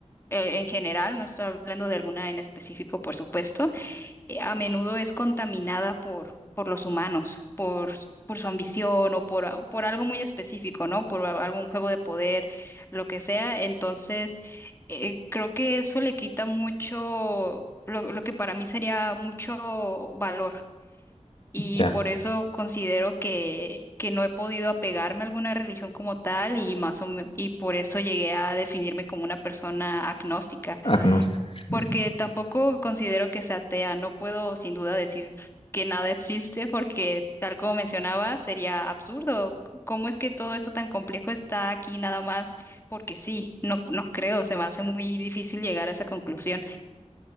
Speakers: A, on the left; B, on the left.
A: eh, en general, no estoy hablando de alguna en específico, por supuesto, eh, a menudo es contaminada por, por los humanos, por, s- por su ambición o por, a- por algo muy específico, ¿no? Por a- algún juego de poder, lo que sea. Entonces, eh, creo que eso le quita mucho, lo, lo que para mí sería mucho valor. Y
B: ya,
A: por eso considero que, que no he podido apegarme a alguna religión como tal y más o me- y por eso llegué a definirme como una persona agnóstica
B: agnóstico. Ujú.
A: porque tampoco considero que sea atea. No puedo sin duda decir que nada existe porque tal como mencionaba, sería absurdo. ¿Cómo es que todo esto tan complejo está aquí nada más? Porque sí, no, no creo, se me hace muy difícil llegar a esa conclusión.